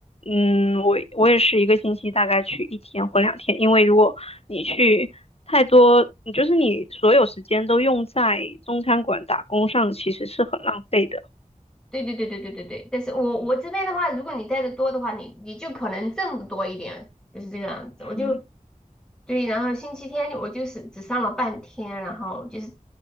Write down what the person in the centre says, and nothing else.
对对对对对对对，但是我我这边的话，如果你带的多的话，你你就可能挣的多一点，就是这个样子。我就
对，然后星期天我就是只上了半天，然后就是